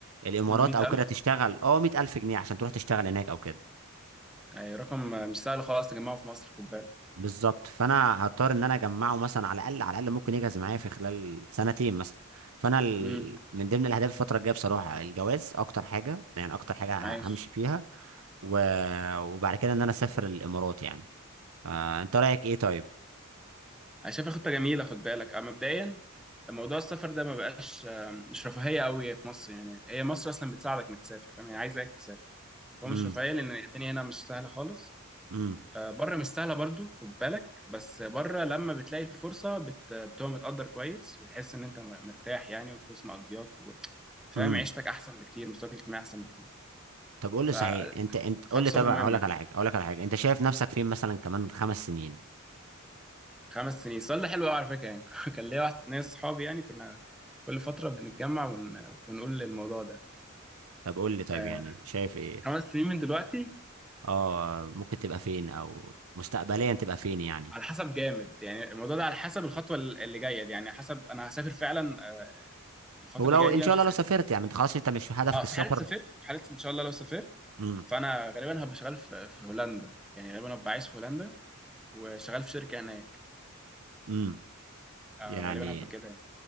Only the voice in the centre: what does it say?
مم، 100000
ايوه رقم آه، مش سهل خالص تجمعه في مصر خد بالك
امم
عايش
انا شايفها خطه جميله خد بالك آه، مبدئيا موضوع السفر ده ما بقاش آه، مش رفاهيه قوي في مصر يعني هي مصر اصلا بتساعدك انك تسافر فاهم هي عايزاك تسافر فهو
مش رفاهيه لان الدنيا هنا مش سهله خالص
آه، بره مش سهله برضو خد بالك بس بره لما بتلاقي الفرصه بت... بتبقى متقدر كويس وتحس ان انت م- مرتاح يعني والفلوس مقضياك و... فاهم
عيشتك احسن بكتير مستواك الاجتماعي احسن بكتير
فخط
سفر
مهم
يعني
خمس سنين السؤال ده حلو قوي على فكره يعني <laughs> كان ليا واحد ناس صحابي يعني كنا كل فتره بنتجمع ون... ونقول الموضوع ده
آه
خمس سنين من دلوقتي
على حسب جامد يعني الموضوع ده على حسب الخطوه ال- اللي جايه دي يعني حسب انا هسافر فعلا آه الفتره
اللي جايه
دي ولا
مش
هسافر
اه
في حاله سافرت في حاله ان شاء الله لو سافرت
فانا غالبا هبقى شغال في, في هولندا يعني غالبا هبقى عايش في هولندا وشغال في شركه هناك
آه
غالبا هبقى كده يعني.